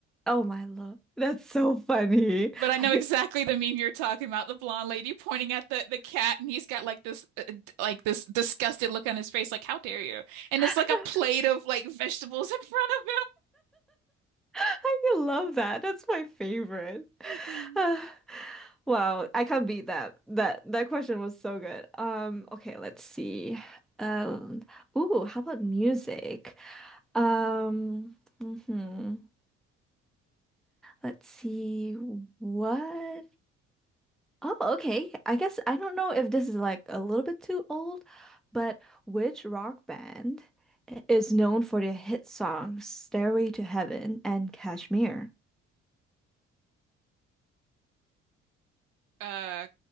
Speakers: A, in the centre; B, on the right.
A: Oh my lord, that's so funny.
B: But I know
A: I
B: exactly the meme you're talking about, the blonde lady pointing at the the cat and he's got like this uh, d- like this disgusted look on his face like how dare you? And
A: <laughs>
B: it's like a plate of like vegetables in front of
A: I love that. That's my favorite. <sighs>
B: him.
A: Ah,
B: <laughs>
A: wow, I can't beat that. That that question was so good. Um, okay, let's see. Um, ooh, how about music? Um, mhm. Let's see what Oh, okay. I guess I don't know if this is like a little bit too old, but which rock band i- is known for their hit songs Stairway to Heaven and Kashmir?
B: Uh,